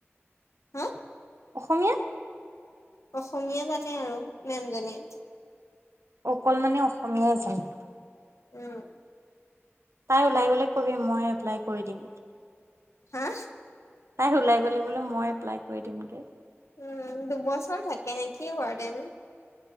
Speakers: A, on the left (about 90°); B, on the right (about 75°).
A: হা?
B: অসমীয়া।
A: অসমীয়া জানে আৰু মেম জনীয়ে।
B: অকল মানে অসমীয়াই জানে।
A: উম।
B: তাই ওলাই গ'লে কবি মই এপ্লাই কৰি দিম।
A: হা।
B: তাই ওলাই গলে বোলো মই এপ্লাই কৰি দিমগে।
A: উম দুবছৰ থাকে নে কি ৱাৰ্ডেন।